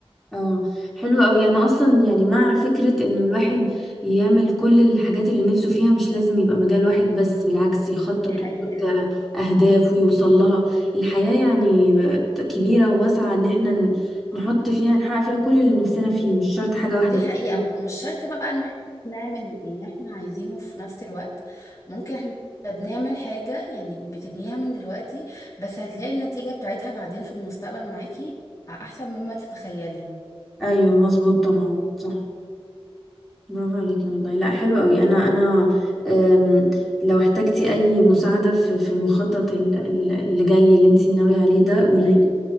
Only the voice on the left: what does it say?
دي حقيقة
دي حقيقة
ومش شرط بقى ان احنا نعمل اللي احنا عايزينه في نفس الوقت ممكن احنا بنعمل حاجة يعني بتبنيها من دلوقتي بس هتلاقي النتيجة بتاعتها بعدين في المستقبل معاكي احسن مما تتخيلي
فاهمة؟